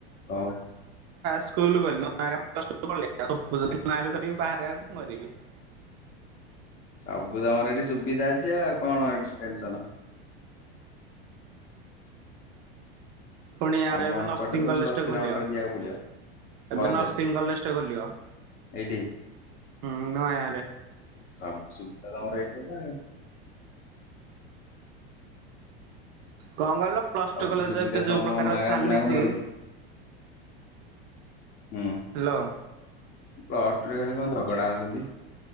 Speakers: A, on the left; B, on the right.
A: ହଉ
B: ସ୍କୁଲ ଗ ନଁ କରି ବାହାରେ ଆଉ କଣ କରିବି <unintelligible>
A: ସବୁ ତମର ଏଠି ସୁବିଧା ଅଛି ଆଉ କଣ ଟେନସନ।
B: ପୁଣି ଆଡେ
A: ଆମ
B: ଏବେ
A: ଏପଟେ
B: ନର୍ସିଂ
A: ତ
B: କଲେଜଟେ
A: ଦଶ କିଲୋମିଟର
B: ଖୋଲିବ
A: ଯିବାକୁ ପଡିବ।
B: ଏବେ
A: ବସରେ
B: ନର୍ସିଂ କଲେଜଟେ ଖୋଲିବ।
A: ଏଇଠି।
B: ହୁଁ ନୂଆ ଗାଁରେ
A: ସବୁ ସୁବିଧା ତମର ଏଇଠି। ହେ <inaudible>
B: କଣ କହିଲ ପ୍ଲସ
A: ସବୁ
B: ଟୁ କଲେଜ
A: ସୁବିଧା
B: ଏବେ ଯୋଉ
A: ତମ
B: ପ୍ରକାର
A: ନୂଆ ଗାଁ
B: ଚାଲିଛି
A: ପିଲାଙ୍କୁ ମିଳୁଛି। ହୁଁ
B: ହ୍ୟାଲୋ
A: ଅଷ୍ଟ୍ରେଲିଆ ଖାଲି କ <unintelligible> ଝଗଡ଼ା ହଉଛନ୍ତି।